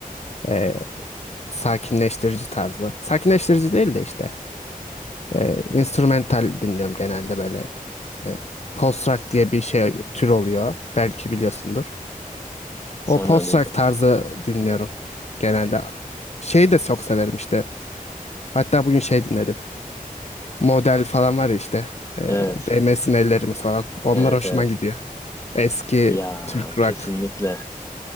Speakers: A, on the left; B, on the left.
A: e, sakinleştirici tarzı. Sakinleştirici değil de işte E, instrumental dinliyorum genelde böyle. E, post rock diye bir şey tür oluyor. Belki biliyorsundur.
B: Senden
A: O post
B: duydum.
A: rock tarzı dinliyorum genelde. Şeyi de çok severim işte. Hatta bugün şey dinledim. Model falan var ya işte. E,
B: Evet,
A: değmesin ellerimiz falan. Onlar
B: evet,
A: hoşuma
B: evet.
A: gidiyor. Eski
B: Ya
A: Türk rock.
B: kesinlikle.